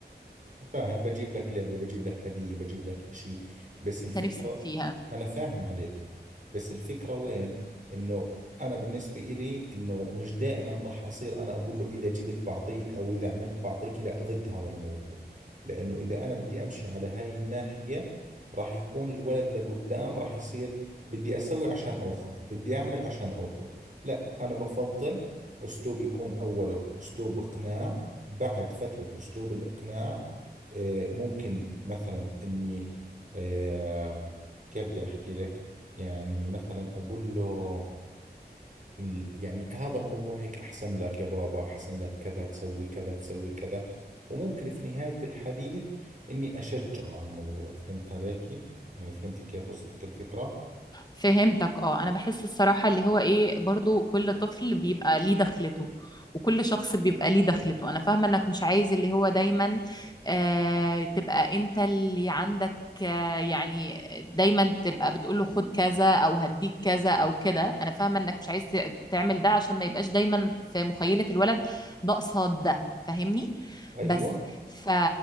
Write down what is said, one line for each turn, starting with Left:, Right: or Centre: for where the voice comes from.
Right: فاهم بجيب لك لعبة بجيب لك هدية بجيب لك إشي بس الفكرة
Left: انت نفسك فيها
Right: أنا فاهم عليك بس الفكرة وين إنه أنا بالنسبة إلي إنه مش دائما راح أصير أنا أقول له إذا جبت بعطيك أو إذا عملت بعطيك لا ضد هذا الموضوع لأنه إذا أنا بدي أمشي على هاي الناحية راح يكون الولد لقدام راح يصير بدي أسوي عشان أخذ بدي أعمل عشان أخذ لا أنا بفضل أسلوب يكون أوله أسلوب إقناع بعد فترة أسلوب الإقناع آه، ممكن مثلا اني آه، كيف بدي احكي لك يعني مثلا اقول له ال- يعني هذا الموضوع هيك احسن لك يا بابا احسن لك كذا تسوي كذا تسوي كذا وممكن في نهاية الحديث اني اشجعه على الموضوع فهمت عليكي يعني فهمتي كيف وصلتك الفكرة
Left: فهمتك اه انا بحس الصراحة اللي هو ايه برضو كل طفل بيبقى ليه دخلته وكل شخص بيبقى ليه دخلته انا فاهمة انك مش عايز اللي هو دايما آه تبقى انت اللي عندك آه، يعني دايما تبقى بتقول له خد كذا او هديك كذا او كده انا فاهمه انك مش عايز تعمل ده عشان ما يبقاش دايما في مخيله الولد ده قصاد ده فاهمني
Right: ايوه
Left: بس ف...